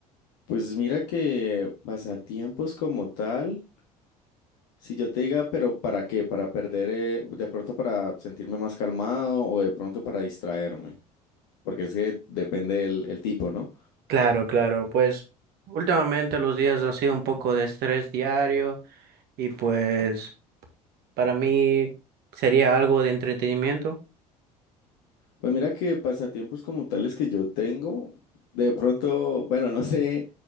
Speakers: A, on the left; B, on the right.
A: Pues mira que pasatiempos como tal, si yo te diga, pero ¿para qué? Para perder, eh, de pronto para sentirme más calmado o de pronto para distraerme, porque es que depende el, el tipo, ¿no?
B: Claro, claro, pues últimamente los días han sido un poco de estrés diario y pues para mí sería algo de entretenimiento.
A: Pues mira que pasatiempos como tales que yo tengo, de pronto, bueno, no sé,